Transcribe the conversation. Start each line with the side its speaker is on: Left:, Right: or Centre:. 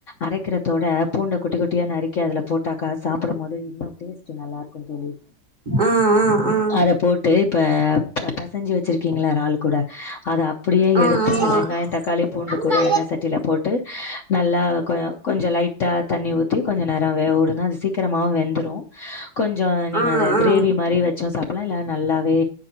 Left: அரைக்கிறதோட பூண்ட குட்டி குட்டியா நறுக்கி அதுல போட்டாக்கா சாப்புடும்போது இன்னும் டேஸ்ட் நல்லாயிருக்கும் தோழி
Right: ஆ ஆ ஆ
Left: இதப் போட்டு இப்ப பெசஞ்சி வச்சிருக்கீங்களா இறால் கூட அத அப் அப்பிடியே
Right: ஆ
Left: எடுத்து
Right: ஆமா
Left: அந்த வெங்காயே தக்காளி பூண்டு கூட எண்ணச் சட்டியில போட்டு நல்லா கொ கொஞ்சோ லைட்டா தண்ணி ஊத்தி கொஞ்சு நேரோ வேக விடுங்க அது சீக்கிரமா வெந்துரு கொஞ்சோ
Right: ஆ ஆ
Left: அது
Right: ஆ
Left: கிரேவி மாரி வச்சு சாப்பிடலா இல்ல நல்லாவே